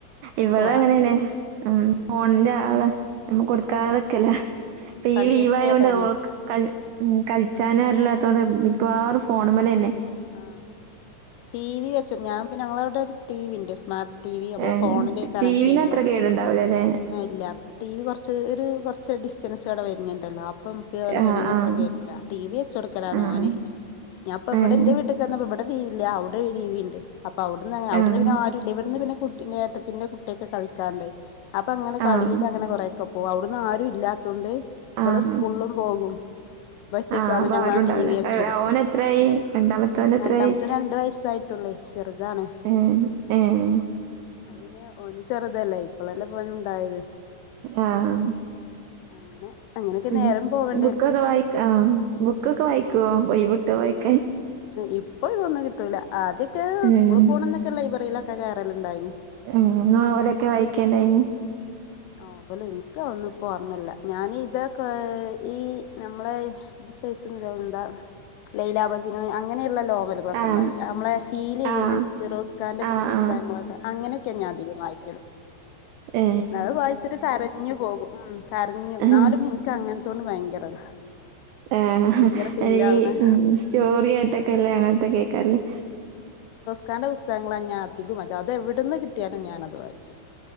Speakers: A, on the right; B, on the left.
A: ഇവള
B: വാണം
A: അങ്ങനെന്നെ ഉ
B: ഉം
A: ഫോണിന്റെ ആള് നമ്മ കൊടുക്കാതൊക്കെല്ല
B: അതാണ് ആ
A: ഇപ്പൊ
B: കണ്ണിന്
A: ഈ ലീവ്
B: കേടാണ്
A: ആയത കൊണ്ട് ക ഉ കളിച്ചാന അരില്ല അോടെ മിക്കവാറും ഫോൺ മല തന്നെ
B: ആ ടി വി വെച്ച ഞൻ ഞങ്ങളവിടെ ടി വി ഉണ്ട് സ്മാർ് ടി വി നമ്മള്
A: ഏഹ്
B: ഫോണില് കണക്ട്
A: ടി വിന്
B: ചെയ
A: അത്ര കേടുണ്ടാവൂലല്ലേ
B: ഇല്ല ടി വി കുറച്ച് കുറച്ച് ഡിസ്റ്റൻസ് ഇടെ വരുന്നുണ്ടല്ലോ ഇപ്പലെ
A: ആഹ്
B: കണ
A: ആഹ്
B: അത്ര കേട്ടില്ല ടി വി വെച്ച കൊടുക്കലാണ്
A: ആഹ്
B: ഓന്െഞാപ്പൊ ഇവിടെ
A: ഏഹ്
B: ഇ ഇവിടെ രീവല്ല അവിടെ രീവുണ്ട് അപ്പൊവിന്ന് അവിടുന്ന്
A: ആഹ്
B: പിന്നെ ആും ഇവിടുന്ന് പിന്നെ കുട്ടിന്റെ ഏട്ടത്തിന്റെ കുട്ടിയൊക്കെ കളിക്കാറുണ്ട് അപ്പൊ അങ്ങനെ കളിയില്
A: ആഹ്
B: അങ്ങനെ കുറ ക്കപ്പോ അവിടന്ന് ആര ഇല്ലാത്തോണ്ട് ഇവള്
A: ആഹ്
B: സ്കൂളിലും പോകും പറ്റക്കാുമ്പോ
A: ആഹ് അപ്പൊ
B: ഞങ്ങ
A: ആരുണ്ടാവൂല
B: ആ ടി വി വച്ച കൊടുക്കും
A: ഓനെത്രായി രണ്ടാമത്തോനെത്രായി
B: രണ്ടാമത്തെും രണ്ട വയസ്സായി േ ചെറുതാണ്
A: ഏഹ് ഏഹ്
B: അ പിന്നെ ഓന് ചെറുതല്ലേ ഇപ്പളല്ലെ പോനും ഉണ്ടായത്
A: ആഹ
B: അങ്ങനെ അങ്ങനെയൊക്കെ
A: പിന്നെ
B: നേരം പോവണ്ടേൽക്ക്
A: ബുക്കൊക്കെ വായിക്ക ആ ബുക്കൊക്കെ വായിക്കുവോ വൈബുട്ട വായിക്ക
B: ഇപ്പോഴ ഒന്നും കിട്ടൂല ആദ്യൊക്കെ
A: ഏഹ്
B: സ്കൂള പോണംന്നൊക്കെ ലൈബ്രറിയിലൊക്കെ കയറലുണ്ടായി
A: ഉ അവരൊക്കെ വായിക്കേണ്ടായിനി
B: നോവല് എനിക്കാതൊന്നും ഇപ്പോ ഓർമ്മല്ല ഞാൻ ഇതൊ ക്കെ ഈ നമ്മളെ ഇത് സൈസ് എന്താ ലൈലാമജ്നു അങ്ങനെ ക്കെള്ള നോവലുകളൊക്കെ
A: ആഹ്
B: ഇണ്ടാവൂല്ലോ നമ്മളെ ഫീൽ ചെയ്യണ
A: ആഹ്
B: ഫിറോസ്കാന്റെ
A: ആഹ്
B: പുസ്തകങ്ങളൊക്കെ
A: ആഹ്
B: അങ്ങനെയൊക്കെ ഞാധിക വായിക്കല്
A: ഏ
B: അത് വായിച്ചിട്ട് കരഞ്ഞു പോകും ഉം കരഞ്ഞു
A: ആഹ്
B: നാലും നിക്ക് അങ്ങനത്തോട് ഭയങ്കരതാ
A: ആഹ
B: ഭയങ്കര
A: ആ
B: ഫീൽ
A: ഹാ ഈ
B: ആവണ
A: ഉം സ്റ്റോറി ആയിട്ടൊക്കെല്ലേ അങ്ങനത്തെ കേക്കാറില്ലേ
B: ക്കാന്റെ പുസ്തകങ്ങളാ ഞാധികവും വായ്ച്ചത് അത് എവിടെന്ന് കിട്ടിയാലും ഞാനത് വായിച്ചു